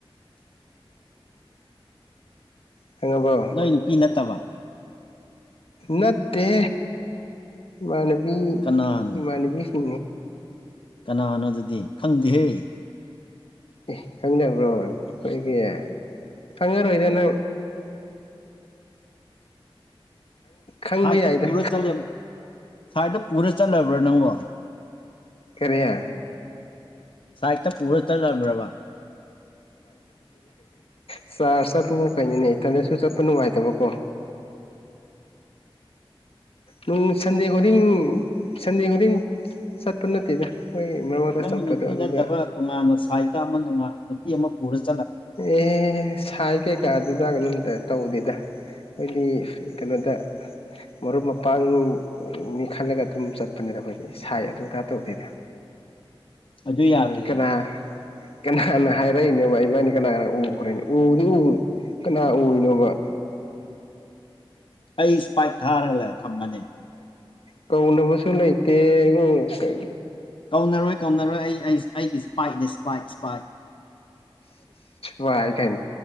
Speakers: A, on the left; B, on the left.
A: ꯐ <inaudible>
B: ꯈꯪꯉꯕꯣ
A: ꯅꯣꯏ ꯅꯨꯄꯤ ꯅꯠꯇꯕ
B: ꯅꯠꯇ ꯃꯅꯕꯤ
A: ꯀꯅꯥꯅꯣꯅꯦ
B: ꯏꯃꯥꯟꯕꯤꯁꯨ
A: ꯀꯅꯥꯅꯣ ꯑꯗꯨꯗꯤ ꯈꯪꯗꯦꯍꯦ
B: ꯑꯦ ꯈꯪꯅꯕ꯭ꯔꯣ ꯑꯩꯈꯣꯏꯒꯤ ꯈꯉꯥꯏꯔ ꯑꯣꯏꯣꯏꯗꯅ
A: ꯇꯥꯗꯔꯦ <inaudible>
B: ꯈꯪꯕ
A: ꯁꯥꯏꯠꯇ
B: ꯌꯥꯏꯗ
A: ꯄꯨꯔ ꯆꯠꯂ ꯁꯥꯏꯠꯇ ꯄꯨꯔ ꯆꯠꯂꯕ꯭ꯔꯥ ꯅꯪꯉꯣ
B: ꯀꯔꯤꯦ
A: ꯁꯥꯏꯠꯇ ꯄꯨꯔ ꯆ ꯂꯩꯔꯕ
B: ꯏꯄꯅꯦ ꯆꯠꯄꯕꯨ ꯀꯩꯅꯣꯅꯦ ꯏꯊꯟꯗꯁꯨ ꯆꯠꯄ ꯅꯨꯡꯉꯥꯏꯇꯕꯀꯣ
A: ꯑꯣꯄꯥ
B: ꯅꯨꯡ ꯁꯟꯗꯦ ꯈꯨꯗꯤꯡ ꯁꯟꯗꯦ ꯈꯨꯗꯤꯡ ꯆꯠꯄ ꯅꯠꯇꯦꯗ ꯃꯔꯛ ꯃꯔꯛꯇ
A: ꯅꯪꯒꯤ
B: ꯆꯠꯄꯗꯣ
A: ꯅꯨꯄꯤ
B: ꯑꯗꯨꯗ
A: ꯅꯠꯇꯕ ꯇꯣꯉꯥꯟꯅ ꯁꯥꯏꯠꯇ ꯑꯃꯉ ꯅꯨꯄꯤ ꯑꯃ ꯄꯨꯔꯁꯤ
B: ꯑꯦ ꯁꯥꯏ ꯀꯩꯀꯥꯗꯨꯗꯣꯝꯗ ꯇꯧꯅꯤꯗ ꯑꯩꯈꯣꯏꯗꯤ ꯀꯩꯅꯣꯗ ꯃꯔꯨꯞ ꯃꯄꯥꯡꯅꯤ ꯈꯜꯂꯒ ꯑꯗꯨꯝ ꯆꯠꯄꯅꯦ ꯑꯩꯈꯣꯏꯗꯤ ꯁꯥꯏ ꯑꯗꯨꯗꯥ ꯇꯧꯗꯦꯗ
A: ꯑꯣꯏ ꯌꯥꯔ ꯔꯍꯦ
B: ꯀꯅꯥ ꯀꯅꯥꯅ ꯍꯥꯏꯔꯛꯏꯅꯦ ꯕꯕꯥ ꯏꯕꯥꯅꯤ ꯀꯅꯥ ꯀꯅꯥ ꯎꯈ꯭ꯔꯦꯅꯦ ꯎꯗꯤ ꯎ ꯀꯅꯥ ꯑꯣꯏꯔꯤꯅꯣꯕ
A: ꯑꯩ ꯏꯁꯄꯥꯏꯛ ꯊꯥꯔꯒꯂ ꯊꯝꯃꯅꯤ
B: ꯀꯧꯅꯕꯨꯁꯂ ꯏꯇꯦ ꯎ ꯀ
A: ꯀꯧꯅꯔꯣꯏ ꯀꯧꯅꯔꯣꯏ ꯑꯩ ꯑꯩ ꯑꯩꯒꯤ ꯏꯁꯄꯥꯏꯠꯅꯦ ꯏꯁꯄꯥꯏꯠ ꯏꯁꯄꯥꯏꯠ
B: ꯄꯥꯏꯒꯅ